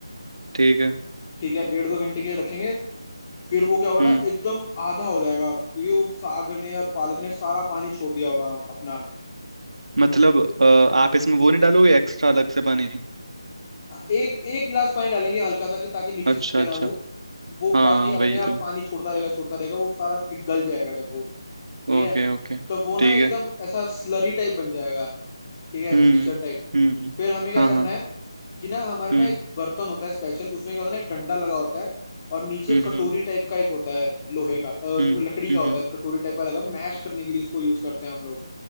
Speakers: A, on the right (about 75°); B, on the left (about 30°).
A: ठीक है
B: ठीक है डेढ़ दो घंटे के लिए रखेंगे फिर वो क्या होगा
A: हम्म
B: ना एकदम आधा हो जाएगा क्योंकि वो साग ने और पालक ने सारा पानी छोड़ दिया होगा अपना
A: मतलब अ, आप इसमें वो नहीं डालोगे एक्स्ट्रा अलग से पानी
B: एक एक गिलास पानी डालेंगे हल्का सा कि ताकि नीचे
A: अच्छा
B: चिपके
A: अच्छा
B: ना वो वो
A: हाँ
B: बाकी
A: वही
B: अपने आप
A: तो
B: पानी छोड़ता रहेगा छोड़ता रहेगा वो सारा पिघल जाएगा जब वो ठीक
A: Okay
B: है
A: okay
B: तो वो ना
A: ठीक
B: एकदम
A: है
B: ऐसा स्लरी टाइप बन जाएगा ठीक है
A: हम्म
B: मिक्सचर टाइप
A: हम्म
B: फिर हमें क्या
A: हाँ
B: करना
A: हाँ
B: है कि ना हमारे
A: हम्म
B: ना एक बर्तन होता है स्पेशल उसमें क्या होता है ना एक डंडा लगा होता है और नीचे
A: हम्म
B: एक कटोरी
A: हम्म
B: टाइप का एक होता है लोहे का अ,
A: हम्म
B: लकड़ी का
A: हम्म,
B: होता है कटोरी टाइप का लगा मैश करने के लिए इसको यूज करते हैं हम लोग